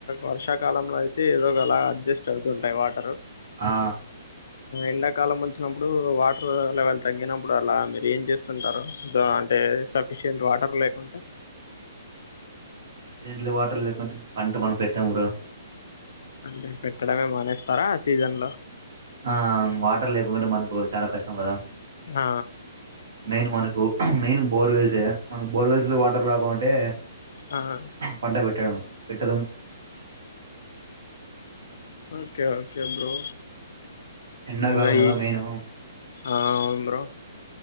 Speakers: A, on the left (about 55°); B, on the right (about 65°).
A: వర్షాకాలంలో అయితే అయితే ఏదో ఒకలా అడ్జస్ట్ అవుతుంటాయి వాటరు
B: ఆ
A: ఎండాకాలం వచ్చినప్పుడు వాటర్ లెవెల్ తగ్గినప్పుడు అలా మీరు ఏం చేస్తారు అంటే సఫిషింట్ వాటర్ లేకుంటే
B: దంట్లు వాటర్ లేకుంటే ఇం పంట మనం పెట్టాం బ్రో
A: అంటే పెట్టడమే మానేస్తారా సీజన్ లో
B: ఆ వాటర్ లేకుకుంటే మనకు చాలా కష్టం కదా
A: ఆ
B: మెయిన్ మనకు మెయిన్ బోర్వెల్సే మనకు బోర్వెల్స్ వాటర్ గా అంటే
A: ఆ
B: పంట పెట్ట పెట్టద
A: ఓకే ఓకే బ్రో
B: ఎండా
A: ఇంకా
B: కలాం కథ
A: ఈ
B: మీన్
A: ఆ అవును బ్రో